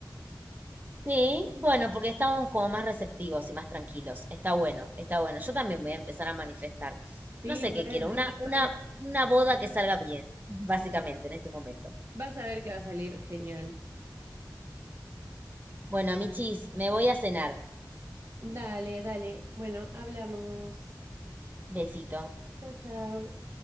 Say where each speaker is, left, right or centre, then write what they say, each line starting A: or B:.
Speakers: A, on the right (about 25°); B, on the right (about 40°).
A: Sí, bueno, porque estamos como más receptivos y más tranquilos. Está bueno, está bueno. Yo también voy a empezar a manifestar.
B: Sí,
A: No sé
B: re.
A: qué quiero, una, una, una boda que salga bien, básicamente, en este momento.
B: Vas a ver que va a salir genial.
A: Bueno, michis, me voy a cenar.
B: Dale, dale. Bueno, hablamos.
A: Besito.
B: Chau, chau.